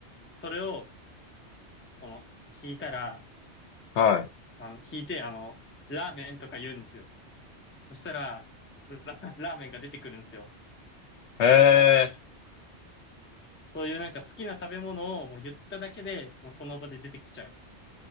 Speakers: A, on the left (about 20°); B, on the left (about 75°).
A: それを、この、引いたら、
B: は
A: あの、引いて、あの、ラーメンとか言うんですよ。そしたら、ラ、ラーメンが出てくるんですよ。
B: い。へえ。
A: そういうなんか好きな食べ物をもう言っただけで、もうその場で出てきちゃう。